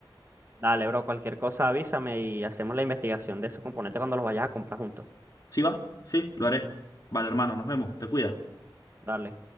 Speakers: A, on the right (about 25°); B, on the left (about 50°).
A: Dale, bro, cualquier cosa avísame y hacemos la investigación de esos componentes cuando los vayas a comprar juntos.
B: ¿Sí va? Sí, lo haré. Vale, hermano, nos vemos. Te cuidas.
A: Dale.